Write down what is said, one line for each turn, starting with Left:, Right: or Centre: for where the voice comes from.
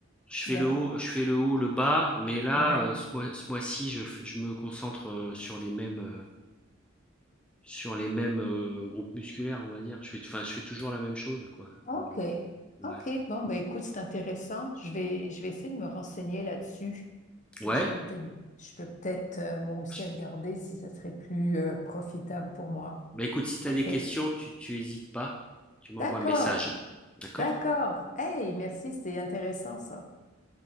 Centre: Je fais
Left: D'accord.
Centre: le haut, je fais le haut, le bas, mais là
Left: Ouais.
Centre: euh, ce mois, ce mois-ci je, f- je me concentre euh, sur les mêmes euh, Sur les mêmes, heu, groupes musculaires, on va dire. Je fais enfin, je fais toujours la même chose, quoi,
Left: Ok.
Centre: en gros. Ouais.
Left: Ok. Bon, ben écoute, c'est intéressant. Je vais, je vais essayer de me renseigner là-dessus.
Centre: Ouais,
Left: Je peux peut-être, je peux peut-être euh, moi aussi
Centre: j
Left: regarder si ça serait plus euh, profitable pour moi.
Centre: bah, écoute, si tu as
Left: Ok.
Centre: des questions, tu tu hésites pas, tu m'envoies
Left: D'accord.
Centre: un message. D'accord?
Left: D'accord. Hey, merci, c'était intéressant ça.